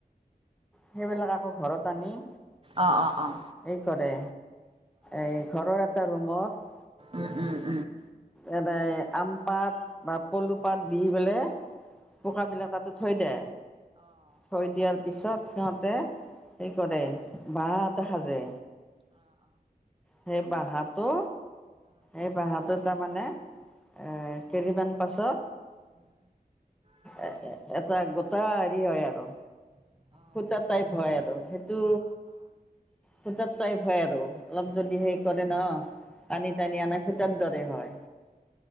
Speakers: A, in the centre; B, on the right (about 35°).
A: সেইবিলাক আকৌ ঘৰত আনি-
B: অঁ অঁ অঁ।
A: হেৰি কৰে এই ঘৰৰ এটা ৰুম - মত
B: উম, উম।
A: এ বে আম পাত বা পলু পাত দি পেলাই পোকাবিলাক তাতে থৈ দে, থৈ দিয়াৰ পিছত সিহঁতে হে কৰে বাহা এটা সাজে। সেই বাহাটো এই বাহাটো তাৰমানে এ কেইদমান পাছত এ - এ -এটা গোটা হেৰি হয় আৰু। সূতাৰ টাইপ হয় আৰু সেইটো সূতাৰ টাইপ হয় আৰু। অলপ যদি সেই কৰে ন' টানি - টানি আনে আমাৰ সূতাৰ দৰে হয়